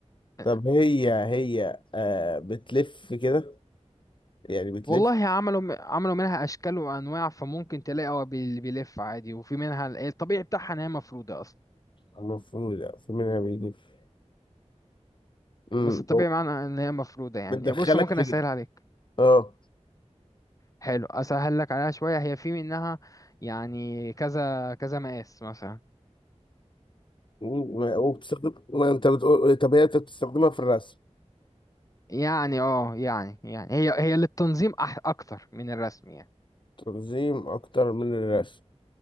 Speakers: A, on the left; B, on the left.
A: آه،
B: طب هي هي آه بتلف كده يعني بتلف
A: والله عملوا عملوا منها اشكال وانواع فممكن تلاقي هو بي- بيلف عادي وفي منها ال- الطبيعي بتاعها ان هي مفروده اصلا
B: المفروض لا المفروض انها بيلف امم
A: بس الطبيعي معناه ان هي مفروده يعني
B: بتدخلك
A: بص ممكن
B: في
A: اسهل
B: ج-
A: عليك
B: اه
A: حلو اسهل لك عليها شويه هي في منها يعني كذا كذا مقاس مثلا
B: و- وبتستخدم ما انت بتقول طب هي انت بتستخدمها في الرسم
A: يعني اه يعني يعني هي هي للتنظيم أح اكتر من الرسم يعني
B: تنظيم اكتر من الرسم